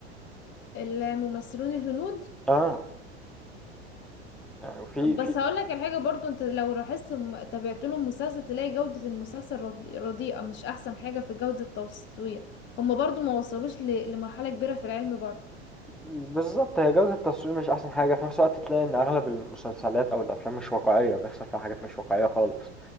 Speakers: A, on the left; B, in the centre.
A: الممثلون الهنود
B: اه يعني في
A: بس
B: في
A: هقول لك الحاجه برضو انت لو لاحظت م- تابعت لهم مسلسل تلاقي جوده المسلسل ردي- رديئه مش احسن حاجه في جوده التصوير هما برضو ما وصلوش ل- لمرحله كبيره في العلم برضو
B: بالظبط هي جودة التصوير مش احسن حاجة في نفس الوقت تلاقي ان اغلب المسلسلات او الافلام مش واقعية بيحصل فيها حاجات مش واقعية خالص